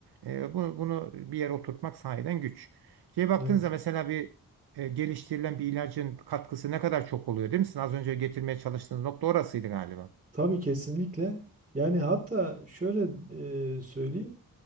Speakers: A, on the right; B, on the right.
A: e, bu, bunu bir yere oturtmak sahiden güç. Şeye baktığınızda
B: evet.
A: mesela bir e, geliştirilen bir ilacın katkısı ne kadar çok oluyor değil mi? Sizin az önce getirmeye çalıştığınız nokta orasıydı galiba.
B: Tabii kesinlikle. Yani hatta şöyle eee söyleyeyim.